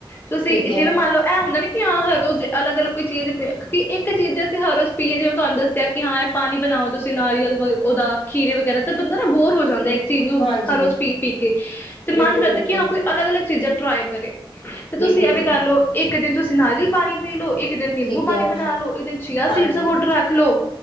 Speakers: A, on the left; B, on the left.
A: ਤੁਸੀਂ
B: ਠੀਕ ਐ,
A: ਜਿਵੇਂ ਮੰਨ ਲਓ ਇਹ ਹੁੰਦਾ ਨੀ ਕਿ ਹਾਂ ਹਰ ਰੋਜ਼ ਅਲੱ ਅਲੱਗ ਕੋਈ ਚੀਜ਼ੀ ਕਿਉਕ ਇੱਕ ਚੀਜ਼ ਅਸੀਂ ਹਰ ਰੋਜ਼ ਪੀਏ ਜਿਵੇਂ ਤੁਹਾਨੂੰ ਦੱਸਿਆ ਕਿ ਹਾਂ ਇਹ ਪਾਣੀ ਬਣਾਓ ਤੁਸੀਂ ਨਾਰੀਅਲ ਵ ਉਹਦਾ ਖੀਰੇ ਵਗੈਰਾ ਤੇ ਬੰਦਰ ਨਾ ਬੋਰ ਹੋ ਜਾਂਦਾ ਨੂ
B: ਹਾਂਜੀ।
A: ਹਰ ਰੋਜ਼ ਪੀ ਪੀ ਤੇ
B: ਬਿਲਕੁਲ-ਬਿਲਕੁਲ,
A: ਮਨ ਕਰਦਾ ਕਿ
B: ਬਿਲਕੁਲ
A: ਹਾਂ ਕੋਈ ਅਲੱਗ ਅਲੱਗ ਚੀਜ਼ਾਂ ਟਰਾਈ ਕਰੇ ਤੇ
B: ਬਿਲਕੁਲ
A: ਤੁਸੀਂ ਇਹਵੇ
B: ਜੀ,
A: ਕਰ ਲਓ ਇੱਕ ਇੱਕ ਦਿਨ ਤੁਸੀਂ ਨਾਰੀਅਲ ਪਾਣੀ ਪੀ ਲਓ ਇੱਕ ਕਿਤੇ ਨਿੰਬੂ
B: ਠੀਕ
A: ਪਾਣੀ
B: ਐ,
A: ਬਣਾ ਲਓ ਕਿਤੇ ਚੀਆ ਸੀਡ
B: ਹਾਂਜੀ।
A: ਦਾ ਪਾਊਡਰ ਰੱਖ ਲ ਲੋ